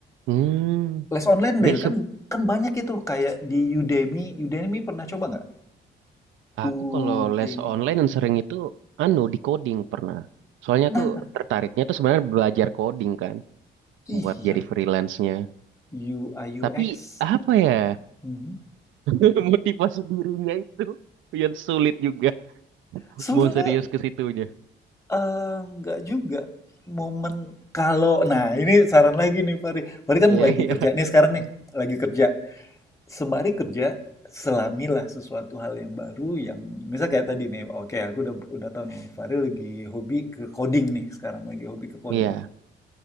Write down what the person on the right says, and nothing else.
Hmm,
jadi
Aku kalau les online yang sering itu anu di coding pernah. Soalnya
aku tertariknya tuh sebenarnya belajar coding kan
buat jadi freelance-nya.
Tapi apa ya
<laughs> motivasi dirinya itu yang sulit juga
mau serius ke situnya.
Iya
iya
iya.